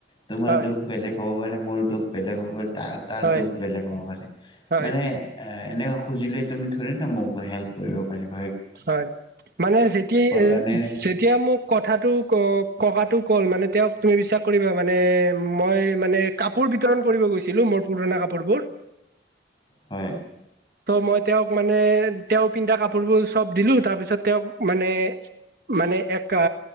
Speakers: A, on the left; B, on the right.
A: তোমাৰ
B: হয়
A: দুখ বেলেগ হ'ব পাৰে মোৰ দুখ বেলেগ হ'ব পাৰে। তা-তাৰ
B: হয়
A: দুখ বেলেগ হ'ব পাৰে।
B: হয়
A: মানে এনে খুজিলে তুমি থৰি না মোক হেল্প কৰিব পাৰিব।
B: হয় মানে যেতি আ,
A: কাৰণে
B: যেতিয়া মোক কথাটো ক'ক ককাটো ক'ল মানে তেওঁক তুমি বিশ্বাস কৰিবা মানে মই মানে কাপোৰ বিতৰণ কৰিব গৈছিলোঁ পুৰণা কাপোৰবোৰ
A: হয়।
B: মই তেওঁক মানে তেওঁ পিন্ধা কাপোৰোৰ চব দিলোঁ, তাৰপিছত তেওঁক মানে মানে একা